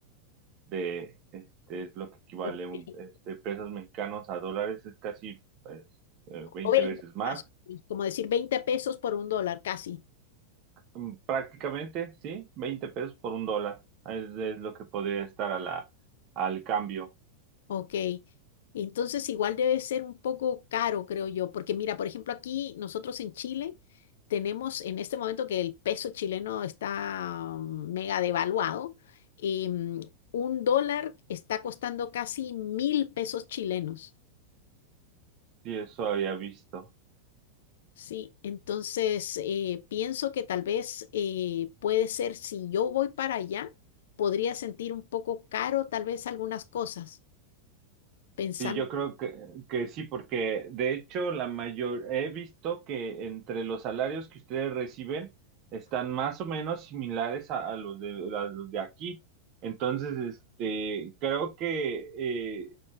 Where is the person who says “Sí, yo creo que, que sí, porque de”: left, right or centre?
Right